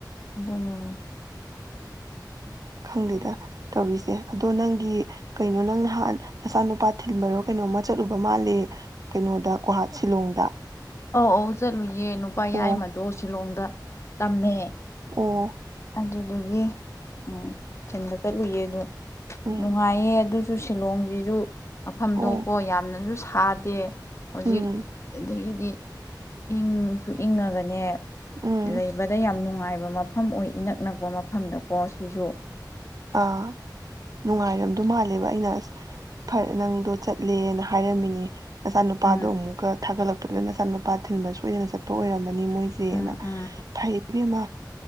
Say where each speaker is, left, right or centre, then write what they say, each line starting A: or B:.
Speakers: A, on the left; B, on the right.
A: ꯑꯗꯨꯅꯤꯅꯦ
B: ꯈꯪꯗꯦꯗ ꯇꯧꯔꯤꯁꯦ ꯑꯗꯣ ꯅꯪꯒꯤ ꯀꯩꯅꯣ ꯅꯪ ꯅꯍꯥꯟ ꯅꯆꯥꯅꯨꯄꯥ ꯊꯤꯟꯕꯔꯣ ꯀꯩꯅꯣꯝꯃ ꯆꯠꯂꯨꯕ ꯃꯥꯜꯂꯦ ꯀꯩꯅꯣꯗ ꯒꯨꯍꯥꯠ ꯁꯤꯂꯣꯡꯗ
A: ꯑꯧ ꯑꯧ ꯆꯠꯂꯨꯏ ꯌꯦ ꯅꯨꯄꯥ
B: ꯑꯣ
A: ꯌꯥꯏꯃꯗꯣ ꯁꯤꯂꯣꯡꯗ ꯇꯝꯃꯦ
B: ꯑꯣ
A: ꯑꯗꯨꯗꯨꯒꯤ ꯎꯝ ꯊꯤꯟꯕ ꯆꯠꯂꯨꯏꯌꯦ
B: ꯎꯝ
A: ꯅꯨꯡꯉꯥꯏꯌꯦ ꯑꯗꯨ ꯁꯨ ꯁꯤꯂꯣꯡꯁꯤꯁꯨ ꯃꯐꯝꯗꯣ
B: ꯑꯣ
A: ꯀꯣ ꯌꯥꯝꯅꯁꯨ ꯁꯥ ꯗꯦ ꯍꯧꯖꯤꯛ
B: ꯎꯝ
A: ꯑꯗꯥꯒꯤꯗꯤ ꯏꯪꯁꯨ ꯏꯪꯉꯒꯅꯦ
B: ꯎꯝ
A: ꯂꯩꯕꯗ ꯌꯥꯝ ꯅꯨꯡ ꯅꯨꯡꯉꯥꯏꯕ ꯃꯐꯝ ꯑꯣꯏ ꯏꯅꯛ ꯅꯛꯄ ꯃꯐꯝꯗꯀꯣ ꯁꯤꯁꯨ
B: ꯑꯥ ꯅꯨꯡꯉꯥꯏꯔꯝꯗ ꯃꯥꯜꯂꯦꯕ ꯑꯩꯅ ꯑꯁ ꯐꯔꯦ ꯅꯪꯗꯣ ꯆꯠꯂꯦꯅ ꯍꯥꯏꯔꯝꯃꯤꯅꯦ ꯑꯆꯥꯅ ꯅꯨꯄꯥꯗꯣ
A: ꯎꯝ
B: ꯑꯃꯨꯛꯀ ꯊꯥꯒꯠꯂꯛꯄ ꯑꯗꯨꯅ ꯅꯆꯥ ꯅꯨꯨꯄꯥ ꯊꯤꯟꯕ ꯁꯣꯏꯗꯅ ꯆꯠ ꯑꯣꯏꯔ ꯃꯣꯏꯁꯦꯅ
A: ꯎꯝ ꯎꯝ
B: ꯐꯩꯃ